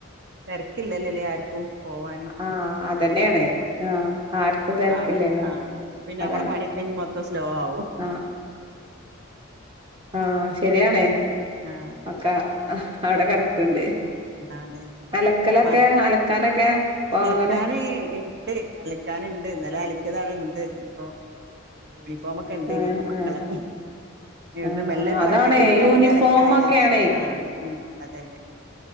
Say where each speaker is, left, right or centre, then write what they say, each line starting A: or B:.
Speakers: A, on the right (about 55°); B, on the right (about 25°).
A: തിരക്കില്ലല്ലോ അല്ലേ ആർക്കും പോവാന്
B: ആഹ് അതന്നെയാണ് ആഹ് ആർക്കും തിരക്കില്ലല്ലോ
A: ആഹ് ഒരു ആഹ് പിന്നെ
B: അതാണ്
A: നമ്മളെ പണിയൊക്കെ ഇനി മൊത്തം സ്ലോ ആവും.
B: ആഹ് ആഹ് ശരിയാണേ
A: ഉം ആഹ് അതെ
B: ഒക്കെ അവിടെ കെട ക്ക്ണ്ട്
A: ആഹ് അതെ
B: അലക്കലൊക്കെ
A: മ
B: അലക്കാനൊക്കെ അങ്ങനെ
A: അലക്കാന് ഇണ്ട് അല ക്കാനണ്ട് ഇന്നലെ അലക്കിയത് അവിടെ ഇണ്ട് ഇപ്പൊ യൂണിഫോം ഒ കണ്ടിനി
B: ആഹ്
A: മക്കളെ
B: ആഹ്
A: ഇവിടെന്ന്
B: ആഹ്
A: മെല്ലെരു
B: അതാണേ
A: തക്കം കിട്ടുകയാണെങ്കിൽ
B: യൂണിഫോമൊക്കെയാണേ
A: അലക്കായാരിച്ചു ആഹ് അതേന്നെ